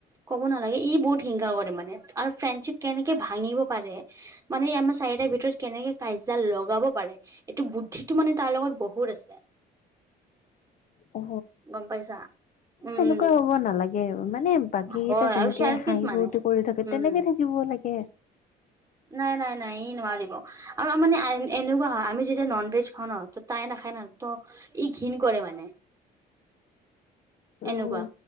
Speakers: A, on the right; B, on the left.
A: ক'ব নালাগে ই বহুত হিংসা কৰে মানে, আৰু ফ্ৰেণ্ডশ্বিপ কেনেকে ভাঙিব পাৰে মানে আমাৰ চাৰিটাৰ ভিতৰত কেনেকে কাইজা লগাব পাৰে, এইটো বুদ্ধি টো মানে তাৰ লগত বহুত আছে,
B: অ'।
A: গম পাইছা। উম
B: তেনেকুৱা হ'ব নালাগে, মানে বাকীকেটা
A: হয়
B: যেনেকে
A: আৰু চেলফিচ
B: হাঁহি
A: মানে
B: ফূৰ্তি কৰি থাকে
A: উম
B: তেনেকে
A: হম
B: থাক থাকিব লাগে।
A: নাই, নাই, নাই, ই নোৱাৰিব। আৰু মানে এনেকুৱা হয় আমি যেতিয়া নন ভেজ খাওঁ নহ, ত' তাই নাখায় নহ ত ই ঘৃণ কৰে মানে।
B: উম,
A: এনেকুৱা,